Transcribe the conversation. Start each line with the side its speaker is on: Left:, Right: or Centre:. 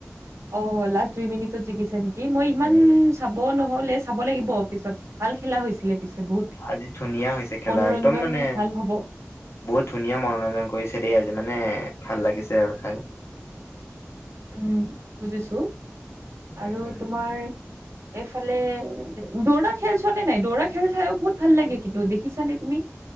Right: অ লাষ্ট দুই মিনিটত জিকিছে নেকি, মই ইমান
Left: উম
Right: চাব নহলে চাব লাগিব অ পিছত। ভাল খেলা হৈছিলে পিছে বহুত
Left: আজি ধুনীয়া হৈছে খেলা
Right: মনোৰঞ্জন
Left: একদম মানে
Right: ভাল হ'ব।
Left: বহুত ধুনীয়া মনোৰঞ্জন কৰিছে দেই আজি মানে ভাল লাগিছে আৰু চাই।
Right: উম বুজিছো,
Left: উম
Right: আৰু তোমাৰ এইফালে দৌৰা খেল চোৱা নে নাই, দৌৰা খেল চাইও বহুত ভাল লাগে কিন্তু দেখিছা নে তুমি।